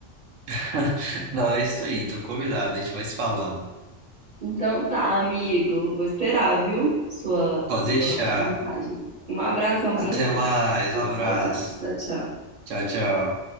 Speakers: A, on the right; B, on the right.
A: <laughs> Não, é isso aí, tô convidado, a gente vai se falando.
B: Então tá, amigo, vou esperar, viu? Sua
A: Pode
B: sua
A: deixar.
B: mensagem. Um abração
A: Até
B: pra você.
A: mais.
B: Tô
A: Um abraço.
B: com saudade. Tchau, tchau.
A: Tchau, tchau.